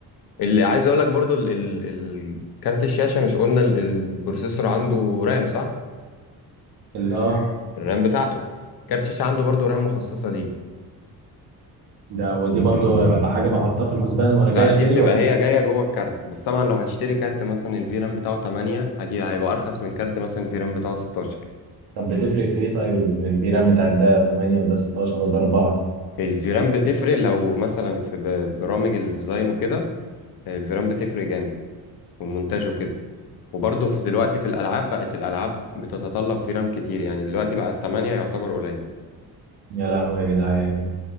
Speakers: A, on the left; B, on the right.
A: اللي عايز اقول لك برضو ال ال ال- كارت الشاشة مش قلنا ال- البروسيسور عنده رام صح
B: ال- اه
A: الرام بتاعته كارت الشاشة عنده برضو رام مخصصة ليه
B: ده ودي برضو بقى حاجة بحطها في الحسبان وانا
A: لا
B: جاي اشتري
A: دي بتبقى
B: ولا
A: هي جايه جوه الكارت بس طبعا لو هتشتري كارت مثلا الفيرام بتاعه 8 هجيب هيبقى ارخص من كارت مثلا الفيرام بتاعه 16
B: طب بتفرق في ايه طيب ال- الفيران بتاع ده 8 وده 16 وده 4
A: الفيرام بتفرق لو مثلا في ب- برامج الديزاين وكده الفيرام بتفرق جامد والمونتاج وكده وبرضه في دلوقتي في الالعاب بقت الالعاب بتتطلب فيرام كتير يعني دلوقتي بقى 8 يعتبر قليل
B: يا لهوي يا جدعان